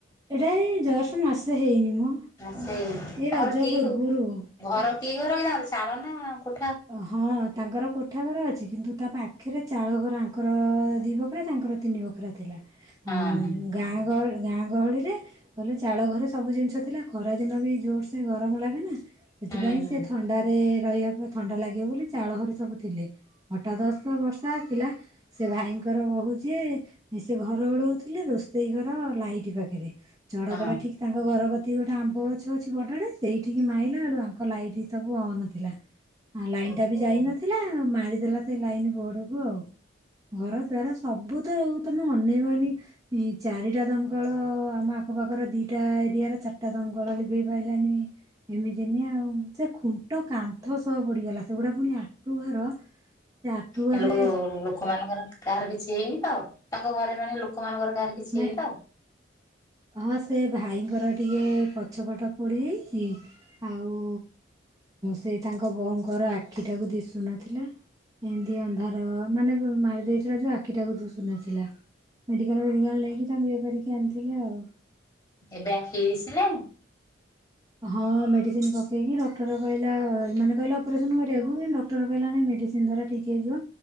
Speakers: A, on the right (about 20°); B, on the left (about 20°).
A: ଏଇଟା ଏଇ ଜଷ୍ଟ ମାସ ହେଇନି ମ
B: ସେଇ ତାପରେ
A: ଏଇ ରଜ
B: କି
A: ପୂର୍ବରୁ
B: ଘର କି ଘର ହେରା ହବ ଚାଳ ନା କୋ
A: ହଁ। ତାଙ୍କର କୋଠା ଘର ଅଛି କିନ୍ତୁ ତା ପାଖରେ ଚାଳ ଘର ଆଙ୍କର ଦି ବଖରା ତାଙ୍କର ତିନି ବଖରା ଥିଲା।
B: ହଁ
A: ଆଉ ଗାଁ ଗହଳି ଗାଁ ଗହଳିରେ କହିଲେ ଚାଳ ଘର ସବୁ ଜିନିଷ ଥିଲା ଖରା ଦିନ ବି ଜୋର ସେ ଗରମ ଲାଗେ ନା ସେଥିପାଇଁ
B: ହଁ ହୁଁ
A: ସିଏ ଥଣ୍ଡାରେ ରହିବା ପାଇଁ ଥଣ୍ଡା ଲାଗିବ ବୋଲି ଚାଳଘରେ ସବୁ ଥିଲେ ହଟାଦସ୍ତ ବର୍ଷା ଆସିଲା ସେ ଭାଇଙ୍କର ବହୁତ ଯେ ସେ ଘରଓଳଉ ଥିଲେ ରୋଷେଇ ଘର ଲାଇଟ୍ ପାଖେରେ। ଚଡ଼କ
B: ହୁଁ
A: ଟା ଠିକ ତାଙ୍କ ଘର କ ସେଠି ଗୋଟେ ଆମ୍ବ ଗଛ ଅଛି ବଡଟେ ସେଇଠିହିଁ ମାଇଲା ତାଙ୍କ ଲାଇଟ୍ ସବୁ ଅନ୍ ଥିଲା। ଆ ଲାଇନ୍
B: ହଁ ଓହୋ।
A: ଟା ବି ଯାଇ ନଥିଲା ମାରିଦେଲା ସେ ଲାଇନ୍ ବୋଡକୁ ଆଉ। ଘର ଦ୍ଵାର ସବୁ ତ ଆଉ ତମେ ଅନେଇବନି ଚାରିଟା ଦମକଳ
B: ଭଗବାନ।
A: ଆମ ତାଙ୍କ ପାଖର ଦିଇଟା ଏରିଆର ଚାରିଟା ଦମକଳ ଲିଭେଇ ପାରିଲାନି ଏମିତି ନିଆଁ ଆଉ ସେ ଖୁ ଟ କାନ୍ଥ ସହ ପୋଡିଗଲା ସେଗୁଡ଼ା ପୁଣି ଆଟୁ ଘର। ସେ ଆଟୁ ଘରେ
B: ହେ ଲୋକମାନଙ୍କର କାହାର କିଛି ହେଇନି ତ ତାଙ୍କ ଘରେ ମାନେ ଲୋକମାନଙ୍କର କାହାର କିିଛିହେଇନି
A: ମାନେ
B: ତ।
A: ହଁ ସେ ଭାଇଙ୍କର ଟିକେ ପଛପଟ ପୋଡିଯାଇଛି। ଆଉ ସେ ତାଙ୍କ ବଉଙ୍କର ଆଖିଟାକୁ ଦିଶୁ ନଥିଲା। ଏମିତି ଅନ୍ଧାର ମାନେ ମାରି ଦେଇଥିଲା ଯେ ଆଖିଟାକୁ ଦୁଶୁ ନଥିଲା। ମେଡିକାଲ ମେଡିକାଲ ନେଇକି ତାଙ୍କୁ ଇଏ କରିକି ଆଣିଥିଲେ ଆଉ।
B: ଏବେ ଆଖି ଦିଶିଲାଣି।
A: ହଁ ମେଡିସିନ ପକେଇକି ଡକ୍ଟର କହିଲା ଏମାନେ କହିଲେ ଅପରେସନ କରିବାକୁ ଡକ୍ଟର କହିଲା ନାଇଁ ମେ ଡିସିନ୍ ଦ୍ଵାରା ଠିକ ହେଇଯିବ